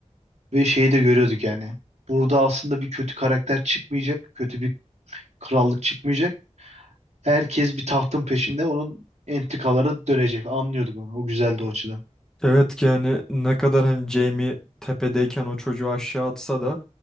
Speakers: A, on the right; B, in the centre.
A: ve şeyi de görüyorduk yani. Burada aslında bir kötü karakter çıkmayacak, kötü bir krallık çıkmayacak. Herkes bir tahtın peşinde onun entrikaları dönecek. Anlıyorduk onu. O güzeldi o açıdan.
B: Evet ki yani ne kadar hani Jamie tepedeyken o çocuğu aşağı atsa da